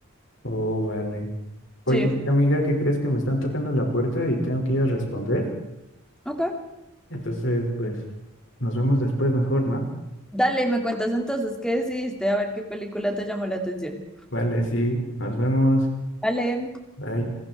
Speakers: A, on the left; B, in the centre.
A: Oh, vale. Oye,
B: Sí,
A: amiga, ¿qué crees que me están tocando la puerta y tengo que ir a responder?
B: ok.
A: Entonces, pues, nos vemos después mejor, ¿no?
B: Dale, me cuentas entonces qué decidiste, a ver qué película te llamó la atención.
A: Vale, sí, nos vemos.
B: Dale.
A: Bye.